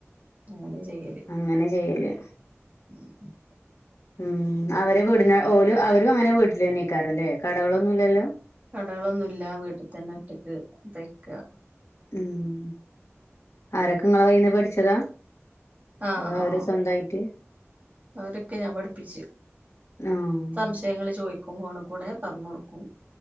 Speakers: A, on the right; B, on the left.
A: അങ്ങനെ ചെയ്യല്.
B: അങ്ങനെ ചെയ്യല്
A: <unintelligible>
B: ഉം അവരെ വീടിന ഓല് അവരും അങ്ങനെ വീട്ടിലെന്നേ കാരും ലെ കടകളൊന്നുംല്ലല്ലോ?
A: കടകളൊന്നുംല്ല വീട്ടിൽ തന്നറ്റക്ക് തയ്ക്ക
B: ഉം ആരൊക്കെ നിങ്ങളെ കൈയിന്ന് പഠിച്ചതാ
A: ആഹ്
B: അത അവര്
A: ആഹ്
B: സ്വന്തായിട്ട്
A: അവരൊക്കെ ഞാൻ പഠിപ്പിച്ച്
B: ആഹ്
A: സംശയങ്ങള് ചോയിക്കും ഫോണിക്കൂടെ പർഞ്ഞൊടുക്കും